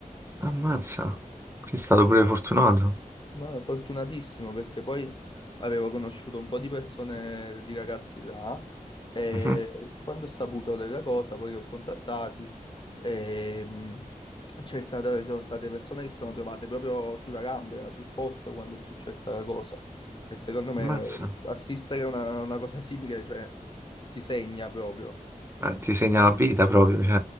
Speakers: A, on the right; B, on the left.
A: Ammazza. Sei stato pure fortunato.
B: Ma fortunatissimo perché poi avevo conosciuto un po' di persone, di ragazzi là e
A: Mhm.
B: quando ho saputo della cosa poi li ho contattati e mh, c'è stata- ci sono state persone che si sono trovate proprio sulla gamba, sul posto quando è successa la cosa e secondo me
A: Ammazza.
B: eh, assistere a una, una cosa simile cioè, ti segna proprio.
A: ma ti segna la vita proprio, cioè,